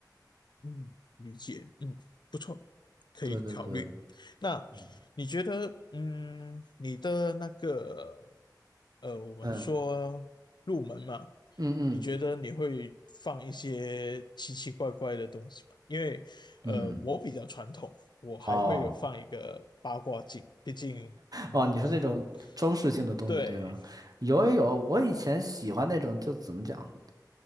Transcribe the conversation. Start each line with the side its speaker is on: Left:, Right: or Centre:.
Left: 嗯，理解，嗯，不错，可以考虑。
Right: 对对对，
Left: 那你觉得，
Right: 嗯
Left: 嗯，你的那个，呃，我们说入门嘛，
Right: 嗯嗯嗯
Left: 你觉得你会放一些奇奇怪怪的东西吗？因为，呃，
Right: 嗯，
Left: 我比较传统，我还会有放一个八卦镜，
Right: 哦
Left: 毕竟我们
Right: 哦，你说那种装饰性的东西对吧？
Left: 对，
Right: 有有有，我以前喜欢那种，就怎么讲？